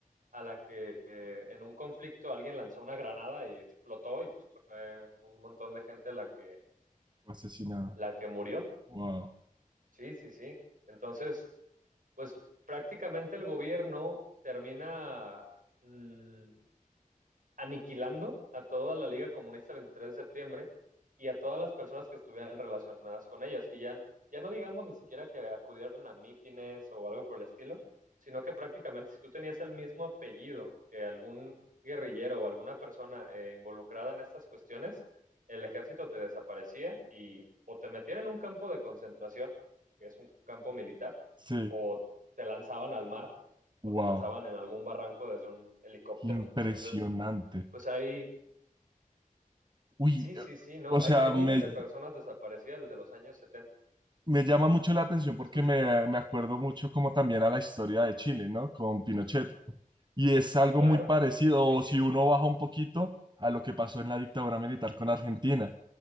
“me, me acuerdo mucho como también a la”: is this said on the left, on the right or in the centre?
Right